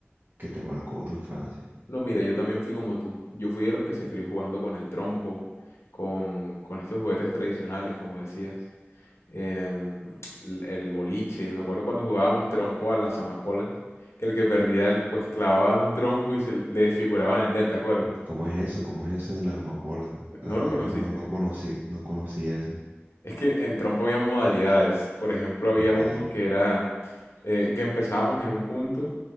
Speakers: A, on the right; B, on the left.
A: que te marcó tu infancia.
B: No, mira, yo también fui como tú. Yo fui de los que se crió jugando con el trompo, con, con estos juguetes tradicionales, como decías. em, l- el boliche. Me acuerdo cuando jugábamos trompo a las amapolas, que el que perdía, el- pues clavaban un trompo y se le desfiguraban el delta, ¿te acuerdas?
A: ¿Cómo es eso? ¿Cómo es eso de las amapolas? No,
B: ¿No
A: La
B: no
A: verdad
B: lo conociste?
A: es que no, no conocí, no conocí eso.
B: Es que en trompo había modalidades. Por ejemplo, había
A: Ok,
B: uno que era eh, que empezábamos en un punto